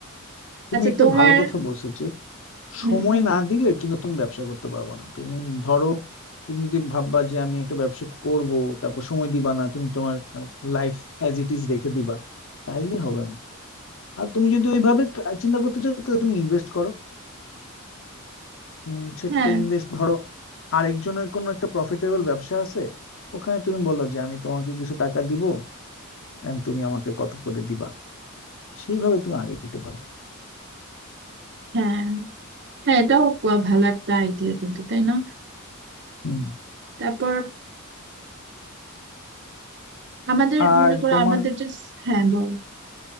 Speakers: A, on the left; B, on the right.
A: তুমি
B: আচ্ছা
A: একটা
B: তোমার
A: ভালো কথা বলছো যে
B: হুম,
A: সময়
B: হুম,
A: না দিলে কিন্তু তুমি ব্যবসা করতে পারবে না তুমি ধরো তুমি যদি ভাববা যে আমি একটা ব্যবসা করব তারপর সময় দিবা না তুমি তোমার লাইফ অ্যাজ ইট ইজ রেখে দিবা তাইলে হবে না আর তুমি যদি ওইভাবে কা- চিন্তা করতে চাও তাহলে তুমি ইনভেস্ট করো উম, সেটা
B: হ্যাঁ
A: ইনভেস্ট ধরো আরেকজনের কোনো একটা প্রফিটেবল ব্যবসা আছে ওখানে তুমি বলো যে আমি তোমাকে কিছু টাকা দিব এন্ড তুমি আমাকে কত করে দিবা সেইভাবে তুমি আগে দিতে পারো
B: হ্যাঁ হ্যাঁ এটাও ভালো একটা আইডিয়া কিন্তু তাই না
A: হুম।
B: তারপর আমাদের
A: আর
B: মনে করো
A: তোমার
B: আমাদের যে হ্যাঁ বলো